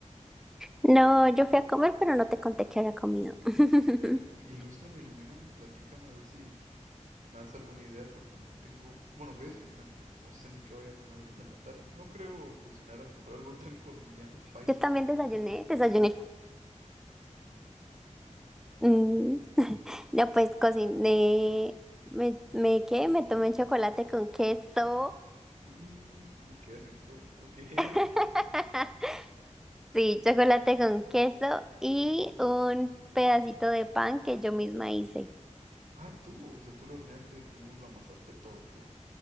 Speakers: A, in the centre; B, on the right.
A: No, yo fui a comer, pero no te conté que había comido. <laughs>
B: A ver, ilústrame, ilumíname, platícame, a ver si me das alguna idea, porque no tengo. Bueno, fui a desayunar, pero no sé ni qué voy a comer ahorita en la tarde. No creo cocinar a lo mejor algo tan <laughs> colombiano, paisa,
A: Yo también
B: como lo
A: desayuné,
B: que me vas a platicar.
A: desayuné. Mm, no, pues cociné, me, me, ¿qué? Me tomé chocolate con queso.
B: Mmm, qué rico, ok. <laughs>
A: <laughs> Sí, chocolate con queso y un pedacito de pan que yo misma hice.
B: Ah, tú, o sea, tú lo horneaste, tú lo amasaste todo, tú.